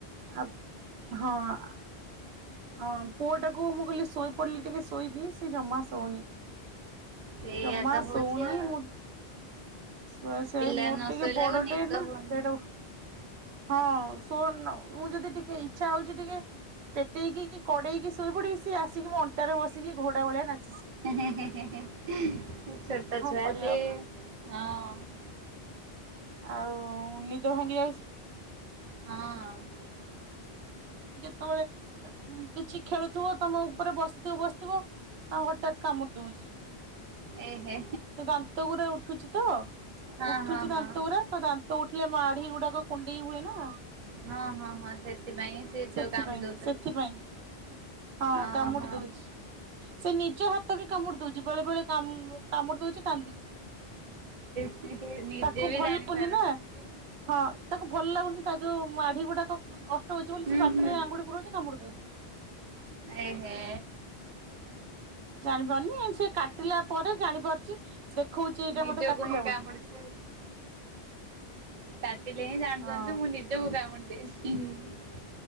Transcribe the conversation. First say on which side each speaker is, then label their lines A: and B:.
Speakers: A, on the right; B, on the right.
A: ଆ ହଁ ଆ ହଁ ପୁଅଟାକୁ ମୁଁ କହିଲି ଶୋଇପଡ଼ିଲେ ଟିକେ ଶୋଇବି। ସେ ଜମା ଶୋଉନି।
B: ସେଇଆ
A: ଜମା
B: ତ ହଉଛି
A: ଶୋଉନି।
B: ଆଉ
A: ମୁଁ ତ ସୁଆଇ ସୁଆଇ
B: ପିଲା
A: ମୋର
B: ନ
A: ଟିକେ
B: ଶୋଇଲେ
A: ବଡ
B: ଯାକ ନିଦ
A: ଟେ ନା
B: ହଉନି
A: ଦେଢ ହଁ ଶୁଉନୁ । ମୁଁ ଯଦି ଟିକେ ଇଚ୍ଛା ହଉଛି ଟିକେ ପେଟେଇକି କି କଡେଇକି ଶୋଇପଡିକି, ସିଏ ଆସିକି ମୋ ଅଣ୍ଟାରେ ବସିକି ଘୋଡା ଭଳିଆ ନାଚି
B: ହୁଁ ହୁଁ ହୁଁ ହୁଁ ସେ ଛୋ ଟଛୁଆସେ
A: କଣ କରିବା
B: ହଁ ।
A: ଆଉ ନିଦ ଭାଙ୍ଗି ଯାଉଛି।
B: ହଁ
A: ସେତେବେଳେ କିଛି ଖେଳୁଥିବ, ତମ ଉପରେ ବସିଥିବ ବସିଥିବ ଆଉ ହଠାତ୍ କାମୁଡି ଦଉଛି।
B: ଏହେ
A: ଦାନ୍ତଗୁରା ଉଠୁଛି ତ
B: ହଁ
A: ଉଠୁଛି
B: ହଁ ହଁ
A: ଦାନ୍ତଗୁଡା ତ ଦାନ୍ତ ଉଠିଲେ ମାଢି ଗୁଡାକ କୁଣ୍ଡେଇ ହୁଏ ନା।
B: ହଁ ହଁ ହଁ ସେଥିପାଇଁ ସେ ଯୋଉ
A: ସେଥିପାଇଁ
B: କାମୁଡି ଦଉଛନ୍ତି।
A: ସେଥିପାଇଁ ହଁ
B: ଓହୋ
A: କାମୁଡି ଦଉଛି, ସେ ନିଜ ହାତ ବି କାମୁଡି ଦଉଛି। ବେଳେ ବେଳେ କାମୁ କାମୁଡି ଦଉଛି କାନ୍ଦୁଛି
B: ସିଏ ନିଜେ
A: ।ତାକୁ
B: ବି
A: ଭଲ
B: ଜାଣିପାରୁନାହାନ୍ତି।
A: ଲାଗୁନି ନା ହଁ ତାକୁ ଭଲ ଲାଗୁନି ତା ଯୋଉ ମା ଗୁଡାକ କଷ୍ଟ ହଉଛି ବୋଲି
B: ହୁଁ
A: ସେ ବାଟରେ
B: ହୁଁ
A: ଆଙ୍ଗୁଡି ପୁରଉଛି ଦେ ଉଛି।
B: ଏ ହେ।
A: ଜାଣିପାରୁନି ସେ କାଟିଲା ପରେ ଜାଣିପାରୁଛି। ଦେଖଉଛି ଏଇଟା
B: ନିଜକୁ
A: ମତେ କାଟିଲା
B: ହିଁ କାମୁଡିଛି
A: ବୋଲି।
B: କାଟିଲେ ହିଁ ଜାଣୁଛନ୍ତି
A: ହଁ
B: କି ମୁଁ ନିଜକୁ କାମୁଡି ଦେଇଛି।